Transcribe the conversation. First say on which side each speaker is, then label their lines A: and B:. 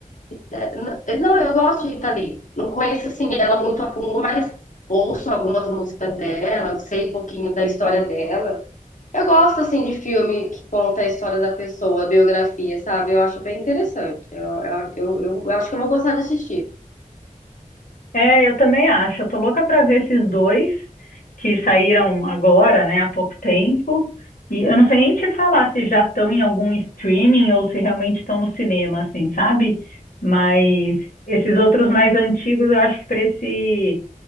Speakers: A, on the left (about 65°); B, on the left (about 80°).
A: É, Não, eu gosto de Rita Lee. Não conheço assim ela muito a fundo, mas ouço algumas músicas dela, sei um pouquinho da história dela. Eu gosto assim de filme que conta a história da pessoa, a biografia, sabe? Eu acho bem interessante. Eu, eu, eu, eu acho que eu vou gostar de assistir.
B: É, eu também acho. Eu tô louca pra ver esses dois que saíram agora, né, há pouco tempo. E eu não sei nem te falar se já estão em algum streaming ou se realmente estão no cinema, assim, sabe? Mas esses outros mais antigos, eu acho que pra esse